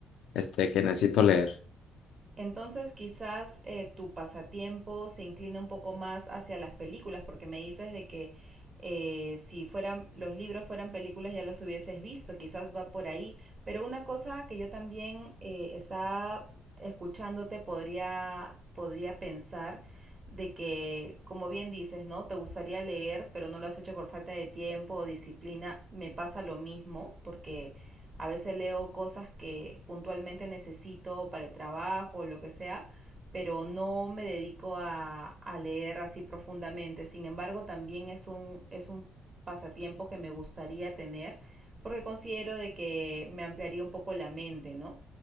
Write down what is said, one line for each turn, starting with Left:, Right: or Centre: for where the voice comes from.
Left: este, que necesito leer.
Right: Entonces, quizás eh, tu pasatiempo se inclina un poco más hacia las películas, porque me dices de que eh, si fueran los libros fueran películas ya los hubieses visto, quizás va por ahí. Pero una cosa que yo también eh, estaba escuchándote podría, podría pensar de que, como bien dices, ¿no? Te gustaría leer, pero no lo has hecho por falta de tiempo o disciplina. Me pasa lo mismo, porque a veces leo cosas que puntualmente necesito para el trabajo o lo que sea, pero no me dedico a, a leer así profundamente. Sin embargo, también es un, es un pasatiempo que me gustaría tener porque considero de que me ampliaría un poco la mente, ¿no?